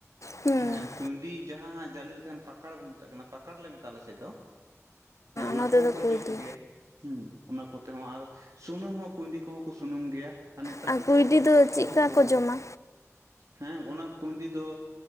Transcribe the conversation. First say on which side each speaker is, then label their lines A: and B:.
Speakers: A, on the left; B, on the right.
A: ᱦᱩᱸ
B: ᱦᱮᱸ ᱠᱩᱸᱭᱰᱤ ᱡᱟᱦᱟᱸ ᱡᱟᱹᱟᱞᱮ ᱛᱟᱦᱮᱱ ᱯᱟᱠᱟᱲ ᱵᱚᱱ ᱢᱮᱛᱟᱜ ᱠᱟᱱᱟ ᱯᱟᱠᱟᱲ ᱞᱮ ᱢᱮᱛᱟᱜ ᱟᱞᱮᱥᱮᱫ ᱫᱚ᱾ ᱦᱮᱸ ᱚᱱᱟ
A: ᱱᱚᱛᱮ
B: ᱠᱚᱦᱚᱸ
A: ᱫᱚ
B: ᱠᱚ
A: ᱠᱩᱭᱰᱤ
B: ᱡᱚᱢ ᱜᱮᱭᱟ᱾ ᱦᱮᱸ ᱚᱱᱟ ᱠᱚᱛᱮ ᱦᱚᱸ ᱟᱨ ᱥᱩᱱᱩᱢ ᱦᱚᱸ ᱠᱩᱸᱭᱰᱤ ᱠᱚᱦᱚᱸ ᱠᱚ ᱥᱩᱱᱩᱢ ᱜᱮᱭᱟ᱾ ᱱᱮᱛᱟᱨ
A: ᱟᱨ
B: ᱨᱮᱱ
A: ᱠᱩᱭᱰᱤ
B: ᱦᱚᱲ ᱫᱚ ᱚᱱᱟ ᱫᱚ
A: ᱪᱮᱫᱠᱟ
B: ᱥᱚ ᱠᱚᱣᱟ
A: ᱠᱚ ᱡᱚᱢᱟ?
B: ᱦᱮᱸ ᱚᱱᱟ ᱠᱩᱸᱭᱰᱤ ᱫᱚ᱾